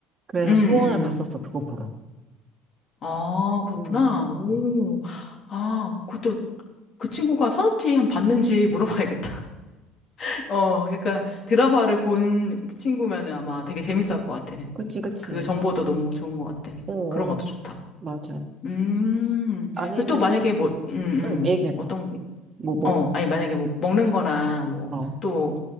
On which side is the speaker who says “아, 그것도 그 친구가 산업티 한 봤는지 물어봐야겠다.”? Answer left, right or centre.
Left